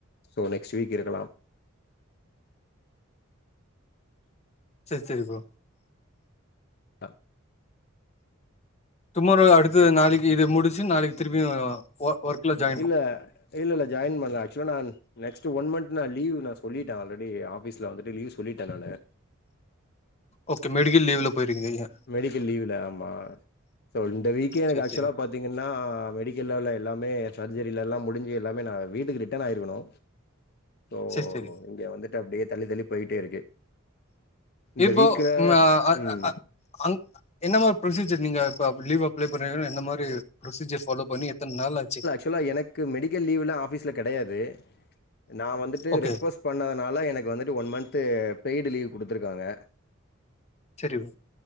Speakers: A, on the left; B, on the left.
A: ஸோ நெக்ஸ்ட் வீக் இருக்கலாம்
B: சேரி சேரி ப்ரோ
A: அ
B: டுமாரோ அடுத்து நாளைக்கு இது முடிச்சு நாளைக்கு திருப்பியு ஒர்குல ஜாய்ன்
A: இல்ல இல்ல இல்ல ஜாய்ன் பண்ல ஆக்சுவ்லா நான் நெக்ஸ்ட்டு ஒன் மன்த் நா லீவ் நா சொல்லிட்டே ஆல்ரெடி ஆஃபீஸ்ல வந்துட்டு லீ் சொல்லிட்டே நானு
B: ஓகே மெடிக்கல் லீவுல போய்ற்கீங்க நீங்க
A: மெடிக்கல் லீவ்ல ஆமா சோ இந்த வீக்கே எனக்கு
B: சரி
A: ஆக்சுவ்லா
B: சரி
A: பாத் தீங்கன்னா மெடிக்கல் வேல எல்லாமே சர்ஜரில எல்லா முடிஞ்சு எல்லாமே நா வீட்டுக்கு ரிட்டன் ஆய்ருக்கணு சோ
B: சரி சரி
A: இங்க வந்துட்டு அப்டியே தள்ளி தள்ளி போய்ட்டே இருக்கு இந்த
B: இப்போ
A: வீக்ல
B: ம அ
A: ம்
B: அ அ அங் என்னமாரி ப்ரொசீஜர் நீங்க இப்ப லீவ் அப்ளை பண்ணிங்னா எந்தமாரி ப்ரொசீஜர் ஃபாலோ பண்ணி எத்தன் நல்லாச்சு
A: ஆக்சுவ்லா எனக்கு மெடிக்கல் லீவுலா ஆஃபீஸ்ல கெடையாது நா வந்துட்டு
B: ஓகே
A: ரெக்வொஸ்ட் பண்ணதுனால எனக்கு வந்துட்டு ஒன் மன்து பெய்டு லீவ் குடுத்துருக்காங்க
B: செரி ப்ரோ